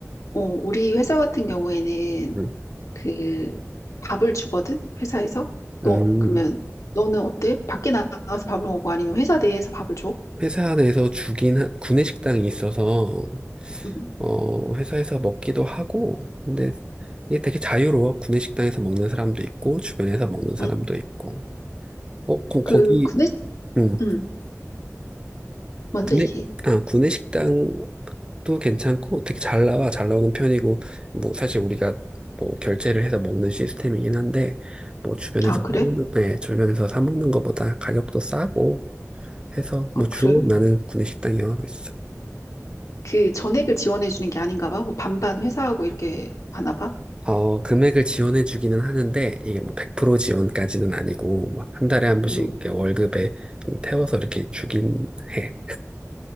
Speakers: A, on the left; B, on the right.
A: 어, 우리 회사 같은 경우에는
B: 응.
A: 그 밥을 주거든 회사에서 너
B: 음.
A: 그러면 너는 어때? 밖에 나가서 밥을 먹고 아니면 회사 내에서 밥을 줘?
B: 회사 내에서 주긴 한- 구내식당이 있어서
A: 응,
B: 어 회사에서 먹기도 하고 근데 이게 되게 자유로워 구내식당에서 먹는 사람도 있고 주변에서 먹는 사람도
A: 응.
B: 있고 어 거,
A: 그
B: 거기
A: 근데
B: 음
A: 응 먼저
B: 구내
A: 얘기해.
B: 아 구내식당도 괜찮고 되게 잘 나와 잘 나오는 편이고 뭐 사실 우리가 뭐 결제를 해서 먹는 시스템이긴 한데 뭐 주변에서
A: 아 그래?
B: 사 먹는 네, 주변에서 사 먹는 것보다 가격도 싸고 해서
A: 아
B: 뭐 주로
A: 그래?
B: 나는 구내식당 이용하고 있어.
A: 그 전액을 지원해 주는 게 아닌가 봐. 뭐 반반 회사하고 이렇게 하나 봐.
B: 어, 금액을 지원해 주기는 하는데, 이게 뭐 100% 지원까지는 아니고, 막 한 달에 한 번씩
A: 응
B: 이렇게 월급에 좀 태워서 이렇게 주긴 해.